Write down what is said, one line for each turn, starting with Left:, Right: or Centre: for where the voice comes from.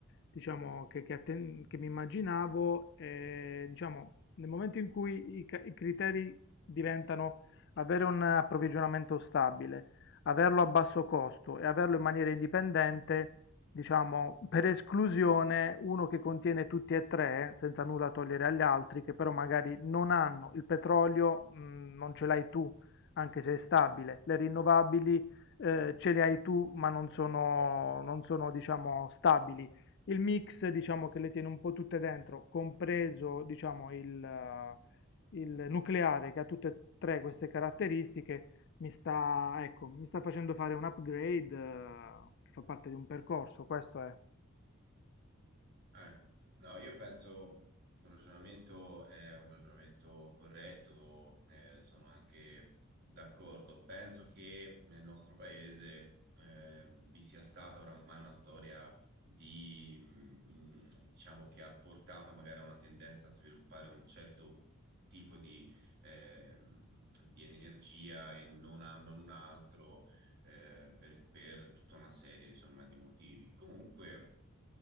Left: diciamo che, che atten- che mi immaginavo e diciamo nel momento in cui i ca- i criteri diventano avere un approvvigionamento stabile, averlo a basso costo e averlo in maniera indipendente diciamo, per esclusione uno che contiene tutti e tre, senza nulla togliere agli altri, che però magari non hanno il petrolio, mh, non ce l'hai tu, anche se è stabile, le rinnovabili eh, ce le hai tu, ma non sono, non sono, diciamo, stabili. Il mix, diciamo, che le tiene un po' tutte dentro, compreso, diciamo, il, eh, il nucleare che ha tutte e tre queste caratteristiche mi sta, ecco, mi sta facendo fare un upgrade, eh, che fa parte di un percorso, questo è.
Right: Eh, no, io penso che il ragionamento è un ragionamento corretto, eh, sono anche d'accordo. Penso che nel nostro paese eh, vi sia stata oramai una storia di, mm, diciamo, che ha portato magari a una tendenza a sviluppare un certo tipo di, ehm, di energia e non, a- non un altro eh, per, per tutta una serie, insomma, di motivi. Comunque,